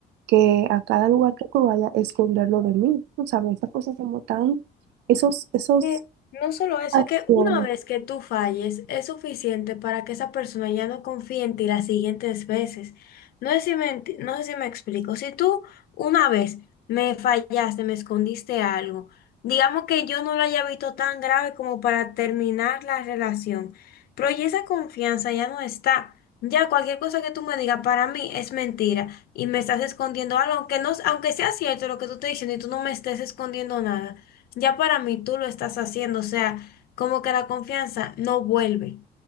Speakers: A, on the right; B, on the left.
A: que a cada lugar que tú vayas esconderlo de mí, tú sabes, esas cosas como tan, esos, esos
B: que no solo eso,
A: acciones.
B: es que una vez que tú falles es suficiente para que esa persona ya no confíe en ti las siguientes veces. No sé si me, enti- no sé si me explico. Si tú una vez me fallaste, me escondiste algo, digamos que yo no lo haya visto tan grave como para terminar la relación, pero ya esa confianza ya no está. Ya cualquier cosa que tú me digas para mí es mentira y me estás escondiendo algo, aunque no, aunque sea cierto lo que tú estás diciendo y tú no me estés escondiendo nada. Ya para mí tú lo estás haciendo, o sea, como que la confianza no vuelve.